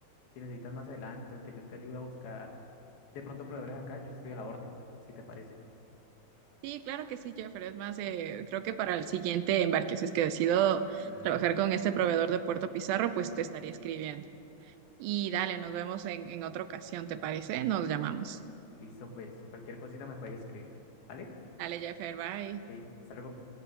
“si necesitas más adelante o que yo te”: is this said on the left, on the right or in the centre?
Left